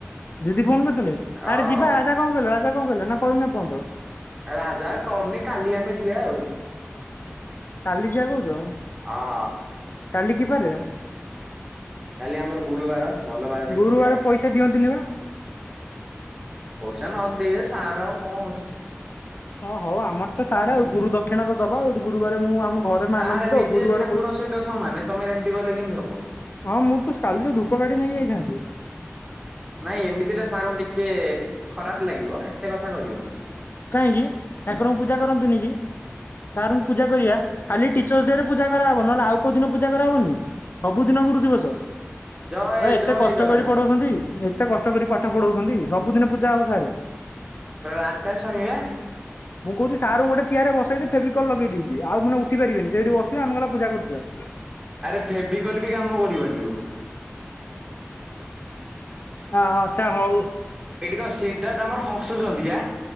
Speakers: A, on the left; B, on the right.
A: ଦିଦି ଫୋନ୍ କରିଥିଲେ
B: ଅ
A: ଆରେ ଯିବା ରାଜା କଣ କହିଲା ରାଜା କଣ କହିଲା ନାକଇନି ଏପଯ୍ୟନ୍ତ?
B: ରାଜା କରିନି କାଲି ଆମେ ଯିବା ଆଉ।
A: କାଲି ଯିବା କହୁଚ।
B: ହଁ।
A: କାଲି କିବାରେ?
B: କାଲି ଆମର ଗୁରୁବାର ଭଲ ବାର ଦେଖିକି
A: ଗୁରୁବାର
B: ଯିଆ।
A: ପଇସା ଦିଅନ୍ତିନି ବା
B: ପଇସା ନଦେ ସାର୍ ଆଉ କଣ ହଉଚି।
A: ହଁ ହଉ ଆମରତ ସାର୍ ଆଉ ଗୁରୁ ଦକ୍ଷିଣାତ ଦବା ଆଉ ଗୁରୁବରେ ମୁଁ ଆମ ଘରେ ମାନନ୍ତି
B: ସାର୍ ନିଜେ
A: ତ ଗୁରୁବାର
B: ଠାକୁରଙ୍କ
A: ପ
B: ସହିତ ସମାନ ତମେ ଯେମିତି କହିଲେ କେମିତି ହବ।
A: ହଁ ମୁଁତ କାଲିତ ଧୂପ କାଠି ନେଇକ ଯାଇଥାନ୍ତି।
B: ନାଇଁ ଏମିତିଲେ ସାରୁଙ୍କୁ ଟିକେ ଖରାପ୍ ଲାଗିବ ଏତେ କଥା କରିବନି।
A: କାହିଁକି ଠାକୁରଙ୍କୁ ପୂଜା କରନ୍ତୁନିକି ସାର୍ଙ୍କୁ ପୂଜା କରିବା ଖାଲି ଟି ଟିଚର୍ସଡେରେ ପୂାଜାକରାହବ ନହେଲେ ଆଉ କୋଉ ଦିନ ପୂାଜା କରାହବନି ସବୁ ଦିନ ଗୁରୁ ଦିବସ।
B: ଜୟ
A: ଏ ଏତେ
B: ଜୟ
A: କଷ୍ଟ
B: ଜଗନ୍ନାଥ
A: କରି ପଢଉଛନ୍ତି ଏତେ କଷ୍ଟ କରି ପାଠ ପଢଉଛନ୍ତି ସବୁଦିନ ପୂଜା ହବ ସାରେ।
B: ପୁରା ରାଧା ସାମୀବା।
A: ମୁଁ କହୁଚି ସାରଙ୍କୁ ଗୋଟେ ଚିଆରେ ବସେଇ ଦେଇ ଫେବିକଲ୍ ଲଗେଇଦେବି ଆଉ ମାନ ଉଠିପାରିବେନି ସେଇଠି ବସିବେ ଆମେ ପୂଜା କରୁଥିବା।
B: ଆରେ ଫେବିକଲବି କାମ କରିବନି ଆଉ।
A: ଆଁ ଆଚ୍ଛା ହଉ।
B: ଏଇଠି କଣ ସିଦ୍ଧାର୍ଥ ଆମର ହସୁଚନ୍ତିବା।